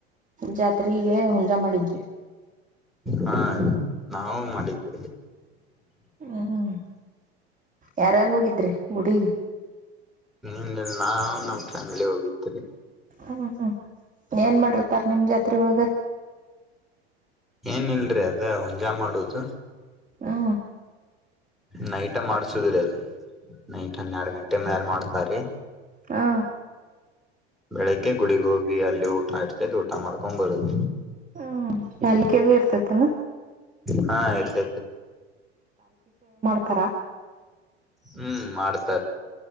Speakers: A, on the right (about 25°); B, in the centre.
A: ಜಾತ್ರೆಗೆ ಹುಂಜಾ ಮಾಡಿದ್ವಿ
B: ಹಾ ನಾವು ಮಾಡಿದ್ದೆ
A: ಹ್ಮ್ ಯಾರಾರು ಹೋಗಿದ್ರಿ ಗುಡಿಗೆ
B: ಹ ನಾ ನಮ್ ಫ್ಯಾಮಿಲಿ ಹೋಗಿರ್ರಿ
A: ಹ್ಮ್ ಹ್ಮ್ ಏನ್ ಮಾಡಿರ್ತಾರ ನಿಮ್ ಜಾತ್ರೆ ಒಳಗ
B: ಏನ್ ಇಲ್ರಿ ಅದ ಹುಂಜಾ ಮಾಡುವುದು
A: ಹ್ಮ್
B: ನೈಟ ಮಾಡ್ಸುದಿ್ರಿ ಅದು ನೈಟ್ ಹನ್ನೆರಡು ಗಂಟೆ ಮ್ಯಾಲ ಮಾಡ್ತಾರ ರಿ
A: ಹಾ
B: ಬೆಳಿಗ್ಗೆ ಗುಡಿಗ್ ಹೋಗಿ ಅಲ್ಲಿ ಊಟ ಇರ್ತೈತಿ ಊಟ ಮಾಡ್ಕೊಂಡ್ ಬರುದ
A: ಹ್ಮ್ ನಲ್ಲಿಕ್ಕೆದು ಇರ್ತತಾನ
B: ಹಾ <unintelligible>
A: ತರ
B: ಹ್ಮ್ ಮಾಡಡ್ತಾರ